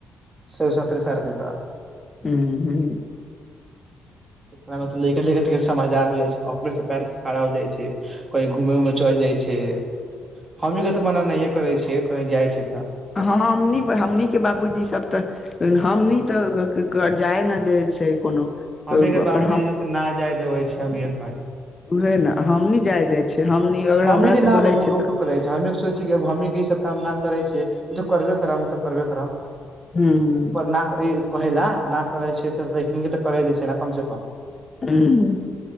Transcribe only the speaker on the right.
सोलह सत्रहे सालकेे तऽ
समझदार हो जाइ छै अपने से पैर परे खड़ा हो जाइ छै कहीं घूमे उमे चलि जाइ छै हमही के तऽ मना नहिए करै छियै कहीं जाइ छै तऽ
हमही के बाबूजी
लोग तऽ न जाय देबै छै हमे कही
हमनी
के ना
रोक
टोक
करै छै सोच छ हमही ई सब काम न करै छियै ओ तऽ करबे करब ओ तऽ करबे कर
पर ना कहै ल न करै छै तऽ करे द छै कम से कम